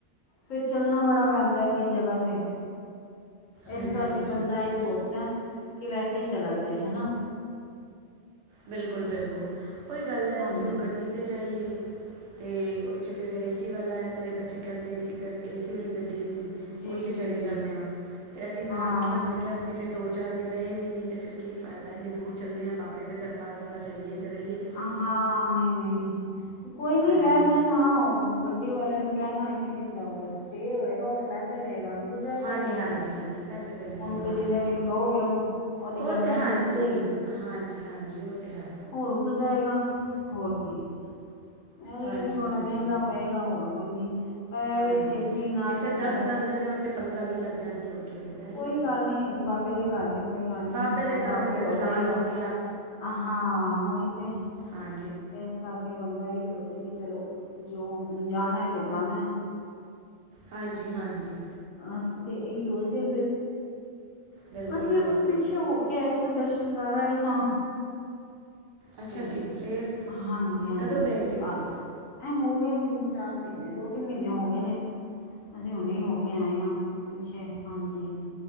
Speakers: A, on the left; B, on the right.
A: ਫਿਰ ਚੱਲਣਾ ਬੜਾ ਪੈਂਦਾ ਏ ਕਈ ਜਗ੍ਹਾ ਤੇ।
B: ਹਾਂਜੀ
A: ਇਸ ਕਰਕੇ
B: ਹਾਂਜੀ
A: ਬੰਦਾ ਏਹ ਈ ਸੋਚਦਾ ਕਿ ਵੈਸੇ ਹੀ ਚਲਾ ਜਾਏ ਹਨਾ।
B: ਬਿਲਕੁਲ-ਬਿਲਕੁਲ, ਓਹੀ ਗੱਲ ਏ,
A: ਹਾਂਜੀ
B: ਅਸੀਂ ਹੁਣ ਗੱਡੀ ਤੇ ਜਾਈਏ ਤੇ ਉਹ ਚ ਫਿਰ ਏ ਸੀ ਵਾਲਾ ਏ, ਤੇ ਬੱਚੇ ਕਹਿੰਦੇ ਏ ਸੀ ਕਰਕੇ, ਏ ਸੀ ਵਾਲੀ ਗੱ ਡੇਜ਼ੀ,
A: ਜੀ
B: ਉਹ ਚੇ
A: ਜੀ
B: ਚਲੇ
A: ਜੀ
B: ਚੱਲਣੇ ਆ, ਤੇ ਅਸੀਂ ਮੈਂ
A: ਹਾਂ
B: ਆਖਿਆ, ਮੈਂ ਕਿਹਾ, ਅਸੀਂ ਫਿਰ ਦੋ ਦੋ ਚਾਰ ਦਿਨ ਰਹੇ ਵੀ ਨਈ ਤੇ ਫਿਰ ਕੀ ਫਾਇਦਾ ਏ? ਇੰਨੀ ਦੂਰ ਚੱਲੇ ਆ, ਬਾਬੇ ਦੇ ਦਰਬਾਰ ਥੋੜ੍ਹਾ ਜਾਈਏ। ਅਤੇ ਰਹੀਏ ਤਾਂ ਸਹੀ
A: ਹਾਂ, ਨਈ-ਨਈ, ਕੋਈ ਨਈ
B: ਹਾਂਜੀ
A: ਰਹਿ ਜਾ ਨਾ ਆਉ ਗੱਡੀ ਵਾਲੇ ਨੂੰ ਕਹਿਣਾ ਇੱਕ ਦਿਨ ਦਾ <unintelligible> ਸੇਵ ਹੋਏਗਾ, ਉਹ ਤੇ ਪੈਸੇ ਲਏਗਾ ਨਾ। ਹੋ ਜਾਏਗਾ,
B: ਹਾਂਜੀ
A: ਔਦਾ ਕੀ
B: ਹਾਂਜੀ
A: ਏ?
B: ਹਾਂਜੀ ਪੈਸੇ ਤਾਂ ਲਏਗਾ
A: ਉਹਨੂੰ ਤੇ
B: ਹਾਂਜੀ
A: ਜਿੰਨੇ ਦਿਨ ਕੋਔਗੇ ਉਹਨੂੰ, ਉਹਦੀ
B: ਉਹ
A: ਕਨਵੈਂਸ
B: ਤਾਂ ਹਾਂਜੀ
A: ਮਿਲ ਜਏਗੀ।
B: ਹਾਂਜੀ ਹਾਂਜੀ ਉਹ ਤਾਂ ਹੈ
A: ਔਹ ਰੁਕ ਜਾਏਗਾ, ਹੋਰ ਕੀ? ਏਹੀ
B: ਹਾਂਜੀ
A: ਏ ਥੋੜ੍ਹਾ
B: ਹਾਂਜੀ
A: ਮਹਿੰਗਾ ਪਏਗਾ ਹੋਰ। ਬੋਲਣੀ ਪਰ ਏਹ
B: ਹਾਂਜੀ
A: ਵੇ ਸੇਫਟੀ ਨਾਲ
B: ਜਿੱਥੇ ਦਸ
A: ਮਤਵ
B: ਲੱਗਣੇ ਨੇ ਉੱਥੇ ਪੰਦਰਾਂ ਵੀਹ ਲੱਗ ਜਾਣਗੇ ਹੋਰ ਕੀ ਹੋਏਗਾ ਇਹੀ
A: ਕੋਈ
B: ਹੋਏਗਾ
A: ਗੱਲ ਨੀ, ਹੁਣ ਬਾਬੇ ਦੇ ਘਰ ਤੇ ਕੋਈ ਗੱਲ ਨੀ,
B: ਬਾਬੇ ਦੇ
A: ਬਾਬਾ
B: ਕਰਦੇ
A: ਆਪੇ
B: ਤੇ
A: ਹੋਰ
B: ਫਿਰ ਲਾਣ
A: ਦਏਗਾ।
B: ਲੱਗੇ
A: ਹਾਂ ਉਈ ਤੇ।
B: ਹਾਂ
A: ਏਸ ਕਰਕੇ ਬੰਦਾ ਏਹ ਈ ਸੋਚੇ, ਕਿ ਚਲੋ ਜੋ ਜਾਣਾ ਏ ਤੇ ਜਾਣਾ ਏ।
B: ਹਾਂਜੀ-ਹਾਂਜੀ।
A: ਅਸੀ ਤੇ ਇਹੀ ਸੋਚਦੇ ਆ ਫਿਰ,
B: ਬਿਲਕੁਲ
A: ਅਸੀਂ
B: ਬਿਲਕੁਲ
A: ਹੁਣ ਪਿੱਛੇ ਹੋ ਕੇ ਆਏ ਸੀ। ਤ ਦਰਸ਼ਨ ਕਰ ਆਏ ਸਾਂ।
B: ਅੱਛਾ
A: ਤੇ
B: ਜੀ ਫਿਰ
A: ਹਾਂਜੀ-ਹਾਂਜੀ,
B: ਕਦੋਂ ਗਏ ਸੀਗੇ
A: ਆ। ਏਹ ਹੋ ਗਏ ਤਿੰਨ ਚਾਰ ਮਹੀਨੇ, ਦੋ ਤਿੰਨ ਮਹੀਨੇ ਹੋ ਗਏ ਨੇ। ਅਸੀਂ ਹੁਣੇ ਈ ਹੋ ਕੇ ਆਏ ਆ, ਪਿੱਛੇ ਹਾਂਜੀ।